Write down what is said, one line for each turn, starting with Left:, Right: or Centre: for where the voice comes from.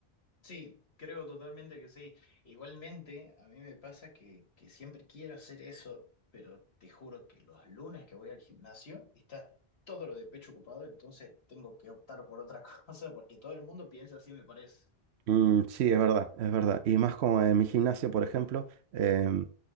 Left: Sí, creo totalmente que sí. Igualmente, a mí me pasa que, que siempre quiero hacer eso, pero te juro que los lunes que voy al gimnasio está todo lo de pecho ocupado, entonces tengo que optar por otra <laughs> cosa porque todo el mundo piensa así, me parece.
Right: Mm, sí, es verdad, es verdad. Y más como en mi gimnasio, por ejemplo, em,